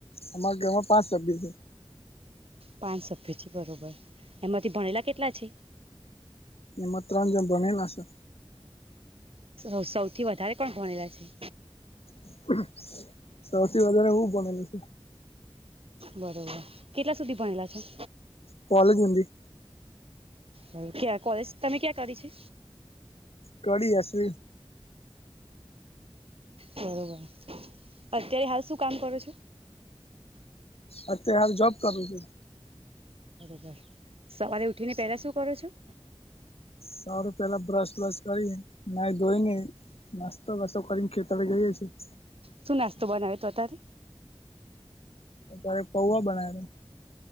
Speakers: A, on the left; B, on the right.
A: અમારા ઘરમાં પાંચ સભ્ય છે.
B: પાંચ છે બરોબર એમાંથી ભણેલા કેટલા છે?
A: એમા તન જન ભનેલા છે.
B: ર સૌથી વધારે કોણ ભણેલા છે?
A: <inaudible> સૌથી વધારે હું ભણેલું છે
B: બરોબર કેટલા સુધી ભણેલા છે
A: કોલેજ મી
B: હ ક્યાં કોલેજ તમે ક્યાં કરી છે
A: કળી એ સુ
B: બરોબર અત્યારે હાલ શું કામ કરો છો
A: એ તીયારે જોબ કરું શું
B: બરોબર સવારે ઉઠીને પેલા શું કરો છો
A: સાર પેલા બ્રશ બ્રશ કરી ના ધોઈને નાસ્તો વાસ્તો કરીને ખેતડી ગઈ છીએ
B: શું નાસ્તો બનાવે તો અત્યારે
A: અ ત્યારે પૌવા બનાયલા